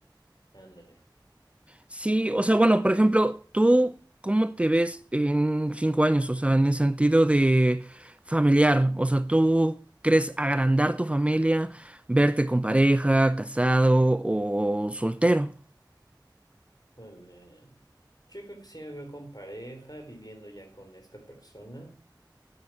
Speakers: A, on the left (about 55°); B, on the right (about 15°).
A: <laughs> ándale.
B: Sí, o sea, bueno, por ejemplo, ¿tú cómo te ves en cinco años? O sea, en el sentido de familiar. O sea, ¿tú crees agrandar tu familia, verte con pareja, casado o soltero?
A: Vale. Yo creo que sí me veo con pareja, viviendo ya con esta persona.